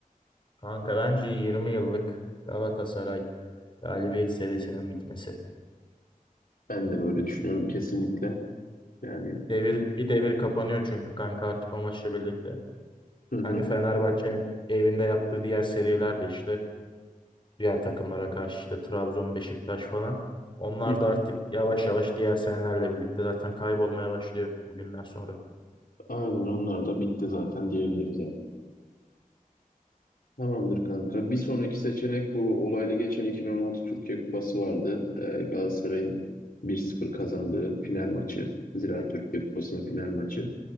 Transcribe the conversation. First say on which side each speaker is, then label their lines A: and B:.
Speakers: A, on the left; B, on the left.
A: kanka bence 20 yıllık Galatasaray galibiyet serisinin bitmesi.
B: Ben de böyle düşünüyorum kesinlikle. Yani
A: Devir, bir devir kapanıyor çünkü kanka artık o maçla birlikte.
B: hı hı.
A: Hani Fenerbahçe'nin evinde yaptığı diğer seriler de işte diğer takımlara karşı işte Trabzon, Beşiktaş falan. Onlar
B: Hı hı.
A: da artık yavaş yavaş diğer senelerle birlikte zaten kaybolmaya başlıyor bugünden sonra.
B: Aynen onlar da bitti zaten diyebiliriz Tamamdır kanka. Bir sonraki seçenek bu olaylı geçen 2016 Türkiye Kupası vardı. Ee, Galatasaray'ın bir sıfır kazandığı final maçı. Ziraat
A: Evet,
B: Türkiye Kupası'nın final maçı.